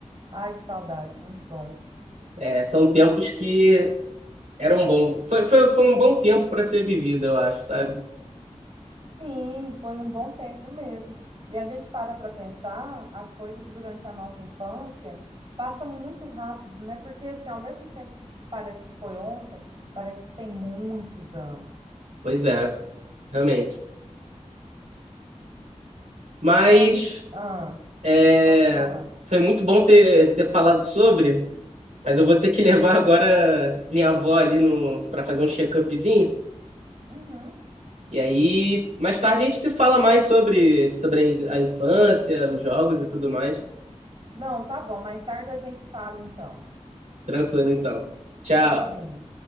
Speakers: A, on the right; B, on the right.
A: Ai, que saudade, muito bom.
B: É, são tempos que eram bons. Foi, foi, foi um bom tempo para ser vivido, eu acho, sabe?
A: Sim, foi um bom tempo mesmo. E a gente para para pensar, as coisas durante a nossa infância passam muito rápido, né? Porque assim, ao mesmo tempo que parece que foi ontem, parece que tem muitos anos.
B: Pois é, realmente. Mas
A: O amigo, ah,
B: é,
A: pode falar.
B: foi muito bom ter, ter falado sobre. Mas eu vou ter que levar agora minha avó ali no para fazer um check-upzinho.
A: Uhum.
B: E aí, mais tarde a gente se fala mais sobre, sobre a infância, os jogos e tudo mais.
A: Não, tá bom, mais tarde a gente fala então.
B: Tranquilo, então. Tchau.
A: Tchauzinho.